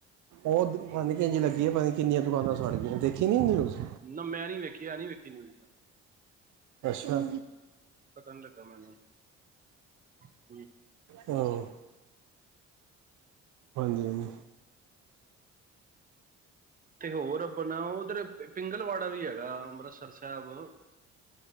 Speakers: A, on the right (about 75°); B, on the right (about 30°).
A: ਉਹ
B: ਹੂੰ,
A: ਪਤਾ ਨੀ ਕਿੰਝ ਲੱਗੀ ਆ ਪਤਾ ਨੀ ਕਿੰਨੀਆਂ ਦੁਕਾਨਾਂ ਸਾੜ ਗਈਆਂ ਦੇਖੀ ਨੀ ਨਿਊਜ਼।
B: ਨਾ ਮੈਂ ਨੀ ਵੇਖੀ ਆ ਨੀ ਵੇਖੀ ਨਿਊਜ਼
A: ਅੱਛਾ।
B: ਪਤਾ ਨੀ ਲੱਗਾ <unintelligible>
A: ਹਾਂ। ਹਾਂਜੀ ਹਾਂਜੀ।
B: ਤੇ ਹੋਰ ਆਪਣਾ ਓਦਰ ਪਿੰਡ ਪਿੰਗਲਵਾੜਾ ਵੀ ਹੈਗਾ ਅੰਮ੍ਰਿਤਸਰ ਸਾਹਿਬ